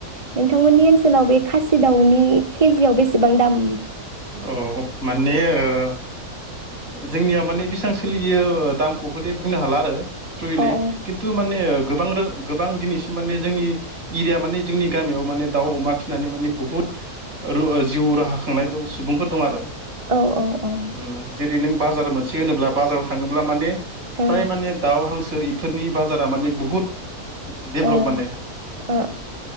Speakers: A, on the right; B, on the right.
A: नोंथांमोननि ओनसोलाव बे खासि दाउनि केजियाव बेसेबां दाम?
B: औ माने ओ जोंनियाव माने बेसेबां सोलियो दाम खौ हले बुंनो हाला आरो
A: अ औ
B: खिन्थु माने गोबां रो <inaudible> गोबां दिनैसिम माने जोंनि एरिया माने जोंनि गामियाव माने दाउ अमा फिसिनानै माने बुहुत जिउ राहा खांनाय सुबुंफोर दं आरो।
A: औ औ
B: ओ नों बाजार मोनसे होनोब्ला बाजाराव थाङोब्ला माने
A: ओ
B: प्राय माने दाउ हांसो इफोरनि बाजारा माने बुहुत डेभलप
A: ओ
B: माने।
A: ओ औ